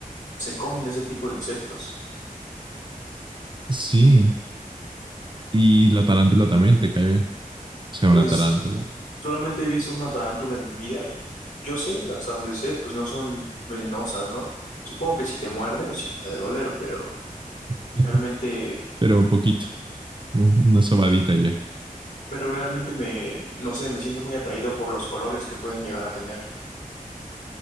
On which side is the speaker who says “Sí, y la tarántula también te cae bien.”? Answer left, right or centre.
Right